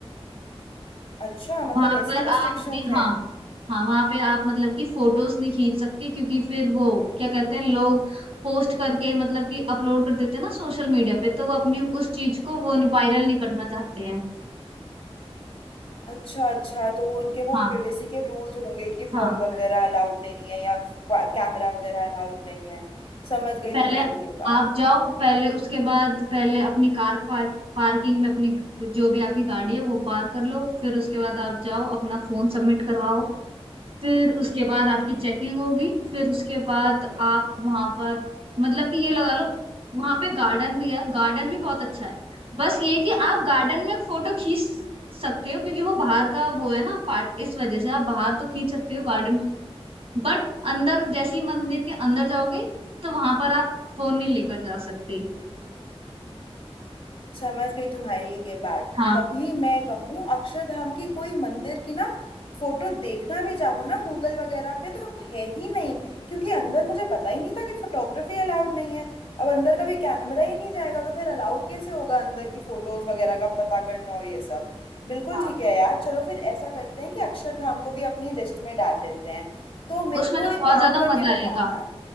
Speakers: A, on the left; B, on the right.
A: अच्छा मतलब
B: वहां
A: ऐसी
B: पर
A: रिस्ट्रिक्शंस
B: आप अपने
A: हैं
B: हाँ हाँ वहां पे आप मतलब कि फोटोज नहीं खींच सकते क्योंकि फिर वो क्या कहते हैं लोग पोस्ट करके मतलब कि अपलोड कर देते हैं ना सोशल मीडिया पे तो वो अपनी उस चीज को वो वायरल नहीं करना चाहते हैं
A: अच्छा अच्छा तो उनके वो
B: हाँ
A: प्रिवेसी के रूल्स होंगे कि
B: हाँ
A: फोन वगैरह अलाउड नहीं है या कैमरा वगैरह अलाउड नहीं है समझ गई
B: पहले
A: तुम्हारी ये बात
B: आप जाओ पहले उसके बाद पहले अपनी कार पार्क पार्किंग में अपनी जो भी आपकी गाड़ी है वो पार्क कर लो फिर उसके बाद आप जाओ अपना फोन सबमिट करवाओ फिर उसके बाद आपकी चेकिंग होगी फिर उसके बाद आप वहां पर मतलब कि ये लगा लो वहां पे गार्डन भी है गार्डन भी बहुत अच्छा है बस ये कि आप गार्डन में फोटो खींच सकते हो क्योंकि वो बाहर का वो है ना पार्ट इस वजह से आप बाहर तो खींच सकते हो गार्डन बट अंदर जैसे ही मंदिर के अंदर जाओगे तो वहां पर आप फोन नहीं लेकर जा सकते
A: समझ गई तुम्हारी ये बात
B: हाँ
A: तभी मैं कहूँ अक्षरधाम की कोई मंदिर की ना फोटो देखना भी चाहूँ ना गूगल वगैरह पे तो है ही नहीं क्योंकि अंदर मुझे पता ही नहीं था कि फोटोग्राफी अलाउड नहीं है अब अंदर कभी कैमरा ही नहीं जाएगा तो फिर अलाउड कैसे होगा अंदर की फोटोज वगैरह का पता करना और ये सब बिल्कुल
B: हाँ
A: ठीक है यार चलो फिर ऐसा करते हैं कि अक्षरधाम को भी अपनी लिस्ट में डाल देते हैं तो मेरे
B: उसमें
A: को
B: ना
A: एक
B: बहुत
A: काम
B: ज्यादा
A: करके
B: मजा आएगा
A: बताना